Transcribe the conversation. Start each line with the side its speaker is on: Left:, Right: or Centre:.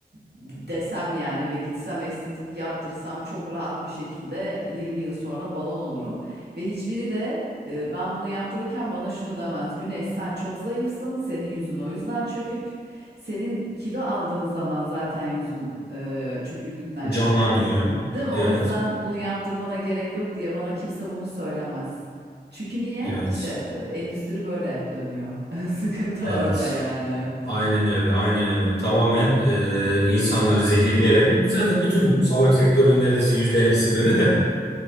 Right: desem yani ve gitsem estetik yaptırsam çok rahat bir şekilde 20 yıl sonra balon olurum. Ve hiçbiri de e, ben bunu yaptırırken bana şunu demez. Güneş sen çok zayıfsın. Senin yüzün o yüzden çökük. Senin kilo aldığın zaman zaten yüzün e, çöküklükten
Left: Canlanıyor.
Right: çıkar. Değil mi?
Left: Evet,
Right: O yüzden bunu yaptırmana gerek yok diye bana kimse bunu söylemez. Çünkü niye?
Left: evet,
Right: İşte e, endüstri böyle dönüyor. <laughs> Sıkıntı
Left: evet.
Right: orada yani.
Left: Aynen öyle, aynen öyle. Tamamen e, insanları zehirleyerek, Bütün- zaten bütün sağlık sektörünün neredeyse %50'si böyle de.